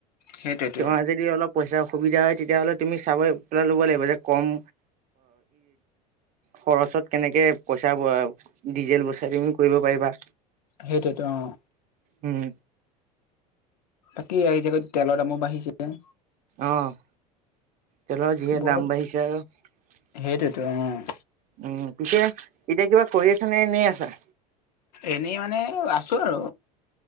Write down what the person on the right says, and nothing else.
তোমাৰ যদি অলপ পইচাৰ সুবিধা হয়, তেতিয়াহ'লে তুমি চাব পেলাই ল'ব লাগিব, যে কম খৰচত কেনেকে পইচা ব ডিজেল বচাই দি কৰিব পাৰিবা
উম,
অ', তেলৰ যিহে
দাম বাঢ়িছে আৰু উম,
পিছে এতিয়া কিবা কৰি আছ নে এনেই আছা?